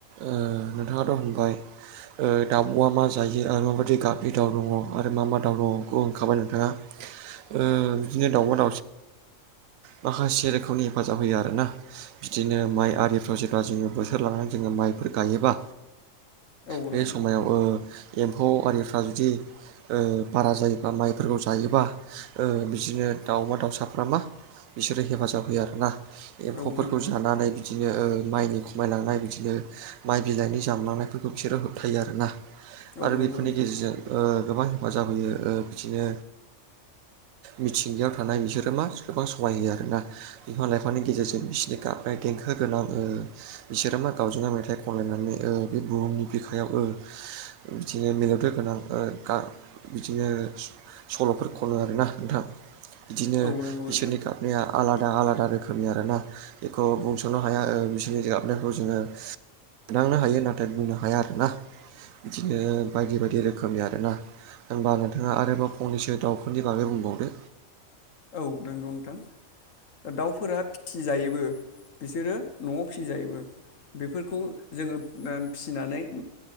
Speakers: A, on the right (about 80°); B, on the left (about 75°).
A: ओ-नोंथाङाथ होनबाय ओ-दाउबआ मा जायो आरो माबायदि गाबनि दाउ दङ आरो मा मा दाउ दङ बेखौ होनखाबाय नोंथाङा ओ-बिदिनो दाउमा दाउस माखासे रोखोमनि हेफाजाब होयो आरोना बिदिनो माइ आरिफ्राव जेब्ला जोङो बोथोर लानानै जोङो माइफोर गायोबा।
B: औ
A: बे
B: नंगौ
A: समायाव
B: नोंथां
A: ओ एम्फौ आरिफ्रा जुदि ओ बारा जायोबा माइफोरखौ जायोबा ओ बिदिनो दाउमा दाउसाफ्रा मा बिसोरो हेफाजाब होयो आरो ना एम्फौफोरखौ
B: औ नंगौ नोंथां
A: जानानै बिदि बिदिनो ओ माइनि खमायलांनाय बिदिनो माइ बिलाइनि जामलांनायफोरखौ बिसोरो होबथायो आरो ना
B: औ
A: आरो
B: नंगौ
A: बेफोरनि
B: नोंथां
A: गेजेरजों ओ गोबां मा जाबोयो ओ बिदिनो मिथिंगायाव थानाय बिसोरो मा सोरबा सम समायहोयो आरोना बिफां लाइफांनि गेजेरजों बिसोरनि गाबनाय देंखो गोनां ओ बिसोरो मा गावजों‌ गाव मेथाइ खनलायनानै ओ बे बुहुमनि बिखायाव ओ बिदिनो मिलौदो गोनां ओ गा बिदिनो सल'फोर ख'नो आरोना नोंथां बिदिनो
B: औ नंगौ
A: बिसोरनि
B: नोंथां
A: आलादा आलादा रोखोमनि आरोना बेखौ बुंस'नो हाया ओ बिसोरनि गाबनायखौ जोङो मोनदांनो हायो नाथाय बुंनो हाया आरोना बिदिनो बायदि बायदि रोखोमनि आरोना होनबा नोंथाङा आरोबाव फंनैसो दाउफोरनि बागै बुंबावदो
B: औ नोंगौ नोंथां दाउफोरा फिसिजायोबो बिसोरो न'आव फिसिजायोबो बेफोर खौ जोङो फिसिनानै